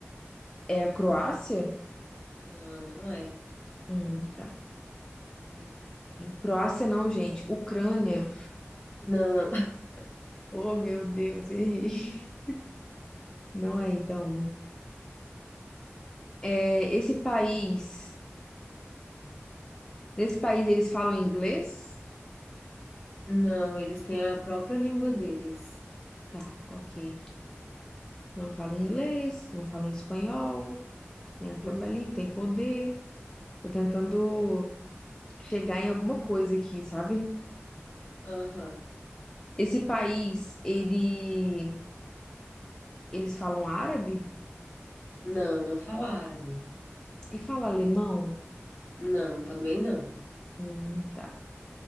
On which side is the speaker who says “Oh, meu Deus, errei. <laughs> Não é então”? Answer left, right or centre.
Left